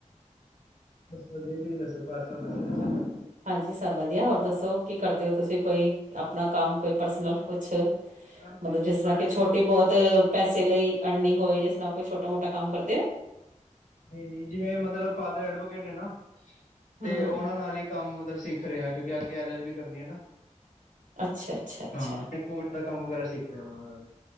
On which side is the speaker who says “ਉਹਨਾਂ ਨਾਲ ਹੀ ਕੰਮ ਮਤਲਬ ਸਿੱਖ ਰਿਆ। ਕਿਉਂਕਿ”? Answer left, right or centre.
Left